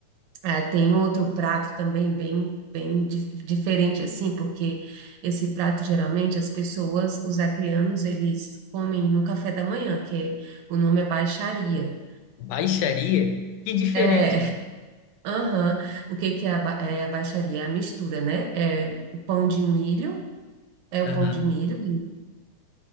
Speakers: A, on the right; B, on the left.
A: É, tem outro prato também bem, bem dif- diferente assim, porque esse prato geralmente as pessoas, os acrianos, eles comem no café da manhã, que é- o nome é baixaria.
B: Baixaria? Que diferente.
A: É, aham. O que que é a, ba- é a baixaria? É a mistura, né? É o pão de milho, é o
B: Aham.
A: pão de milho